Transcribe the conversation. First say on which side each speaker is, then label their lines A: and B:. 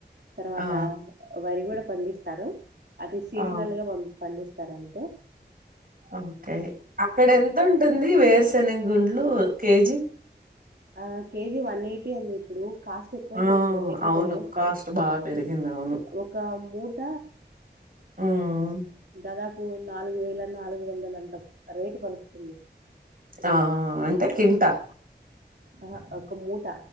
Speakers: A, on the right; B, on the right.
A: తర్వాత
B: ఆ
A: వరి కూడా స్పందిస్తారు అది సీజనల్
B: ఆ
A: గాం పండిస్తుంది తారంతే
B: ఓకే అక్కడ ఎంత ఉంటుంది వేరుశనిగ గుండ్లు కేజీ
A: ఆ కేజీ వన్ ఎయిటీ అంది ఇప్పుడు కాస్ట్ ఎక్కువైపోయింది
B: ఆ
A: రేట్లు
B: అవును
A: పెరిగేస్తున్నాయి
B: కాస్ట్ బాగా పెరిగింది అవును
A: ఒక మూట
B: ఉమ్
A: దాదాపు నాలుగు వేల నాలుగు మూడు వందల అంతా రేటు పలుకుతుంది
B: ఆ అంత కింటా
A: ఆ ఒక ఒక మూట